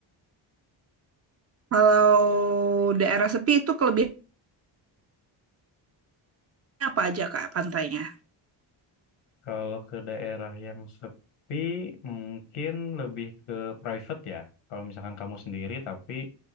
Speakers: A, on the right; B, on the left.
A: Kalau daerah sepi itu kelebihannya apa aja Kak pantainya?
B: Kalau ke daerah yang sepi, mungkin lebih ke private ya. Kalau misalkan kamu sendiri, tapi